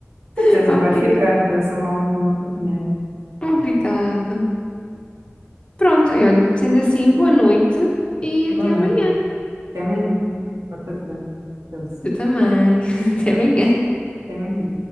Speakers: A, on the right (about 75°); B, on the left (about 25°).
A: De
B: <laughs>
A: Certeza
B: Obrigada.
A: que ficar, tu és uma ótima cozinheira.
B: Obrigada. Pronto, e olha, sendo assim, boa noite e até
A: Boa
B: amanhã.
A: noite. Até amanhã. Porta-te bem. Então,
B: Tu também. <laughs> Até amanhã.
A: Até amanhã.